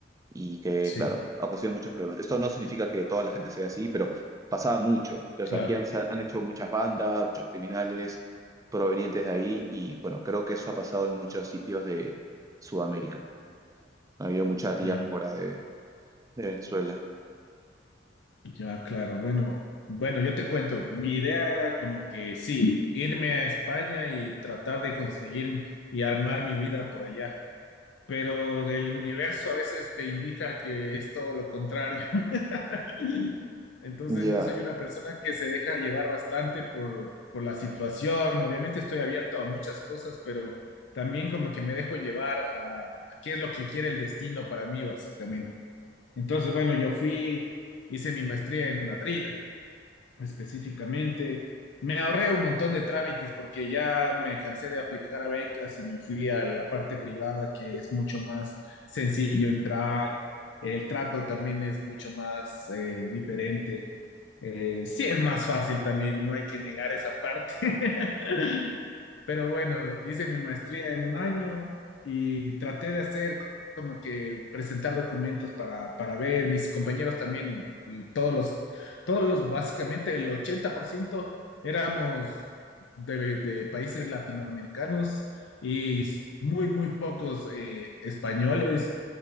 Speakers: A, on the right; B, on the left.
A: y que,
B: Sí,
A: claro, ocasiona muchos problemas. Esto no significa que toda la gente sea así, pero pasaba mucho. Entonces
B: claro,
A: aquí han, sa- han hecho muchas bandas, muchos criminales provenientes de ahí y, bueno, creo que eso ha pasado en muchos sitios de Sudamérica. Ha habido mucha diáspora
B: ya,
A: de, de Venezuela.
B: ya, claro. Bueno, bueno, yo te cuento, mi idea era como que sí, irme a España y tratar de conseguir y armar mi vida por allá. pero del universo a veces te indica que es todo lo contrario. <laughs> Entonces
A: Ya.
B: yo soy una persona que se deja llevar bastante por, por la situación. Obviamente estoy abierto a muchas cosas, pero también como que me dejo llevar a qué es lo que quiere el destino para mí, básicamente. Entonces, bueno, yo fui, hice mi maestría en Madrid específicamente. Me ahorré un montón de trámites porque ya me cansé de aplicar a becas y me fui a la parte privada que es mucho más sencillo entrar. El trato también es mucho más eh, diferente. Eh, sí es más fácil también, no hay que negar esa parte. <laughs> Pero bueno, hice mi maestría en un año y traté de hacer como que presentar documentos para, para ver. Mis compañeros también, todos los, todos los, básicamente el 80% éramos de, de países latinoamericanos y muy, muy pocos eh, españoles.